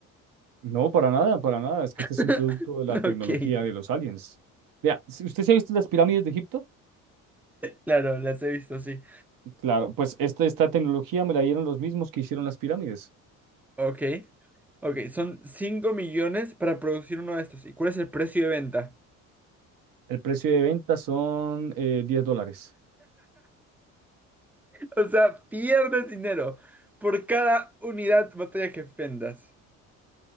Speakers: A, on the right; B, in the centre.
A: No, para nada, para nada. Es que
B: <laughs>
A: este es un producto de la tecnología
B: Ok,
A: de los aliens. Vea, ¿s- ¿usted se ha visto las pirámides de Egipto?
B: claro, las he visto, sí.
A: Claro, pues esta, esta tecnología me la dieron los mismos que hicieron las pirámides.
B: Ok. Ok, son cinco millones para producir uno de estos. ¿Y cuál es el precio de venta?
A: El precio de venta son eh, 10 dólares.
B: <laughs> O sea, pierdes dinero por cada unidad botella que vendas.